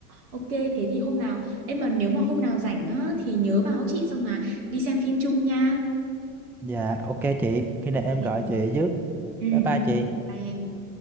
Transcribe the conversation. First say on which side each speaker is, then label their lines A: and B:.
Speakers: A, on the right (about 70°); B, in the centre.
A: ok thế thì hôm nào em mà nếu mà hôm nào rảnh á thì nhớ báo chị xong mà đi xem phim chung nha
B: dạ ok chị khi
A: Ok.
B: nào em gọi chị trước
A: ừ
B: bye bye chị
A: bye em